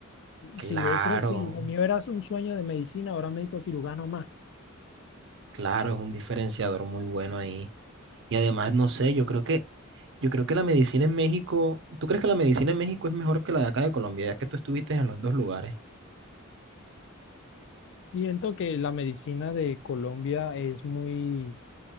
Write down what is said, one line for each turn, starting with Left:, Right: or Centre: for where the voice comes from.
Right: Claro,
Left: si ves, si lo mío era un sueño de medicina, ahora médico cirujano más.
Right: claro, es un diferenciador muy bueno ahí. Y además, no sé, yo creo que, yo creo que la medicina en México, ¿tú crees que la medicina en México es mejor que la de acá de Colombia, ya que tú estuviste en los dos lugares?
Left: Siento que la medicina de Colombia es muy,